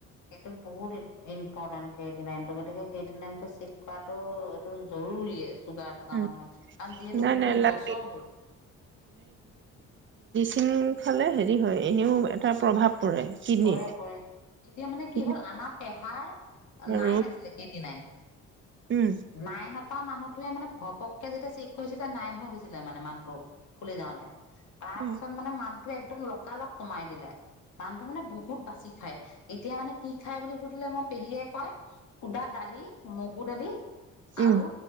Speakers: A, on the left; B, on the right.
A: সেইটো বহুত ইম্পৰ্টেণ্ট কেইটি নাইনটো গতিকে কেইটি নাইনটো পাতটো এইটো জৰুৰী চুগাৰ থকা
B: উম,
A: মানুহে কাৰণ যিহেতু
B: নাই
A: বহুত
B: নাই লাগেই।
A: বছৰ হ'ল
B: িন ফালে হেৰি হয় এনেও এটা প্ৰভাৱ পৰে কিডনীত।
A: পৰে পৰে এতিয়া মানে
B: কিডনীত
A: কি হ'ল আমাৰ পেহাৰ
B: আৰু
A: নাইন আছিলে কেইট নাই
B: উম,
A: নাইন তা মানুহটোৱে মানে ঘপকে যেতিয়া চেক কৰিছিলে নাইন হৈ গৈছিলে মানে মানুহটো ফুলি যাওঁতে তাৰ
B: উম,
A: পিছত মানে মানুহটোো একদম লগকালগ কমাই দিলে মানু মানে বহুত বাচি খায় এতিয়া মানে কি খাই বুলি সুধিলে মই পেহীয়ে কয় সুদা দালি মগু দালি
B: উম।
A: আৰু